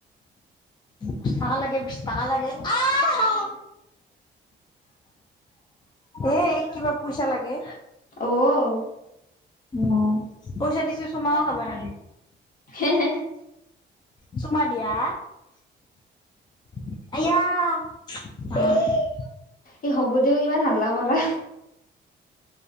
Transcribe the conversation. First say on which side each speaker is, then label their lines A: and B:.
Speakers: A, on the left; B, on the left.
A: বিশ টকা লাগে বিশ টকা লাগে। আঁহা এ এইক কিবা পইচা লাগে।
B: অঔ
A: উম পইচা দিছো চুমাও খাব নিদিয়ে।
B: হে হে
A: চুমা দিয়া। আয়া
B: এই হ'ব দে ইমান হাল্লা কৰা।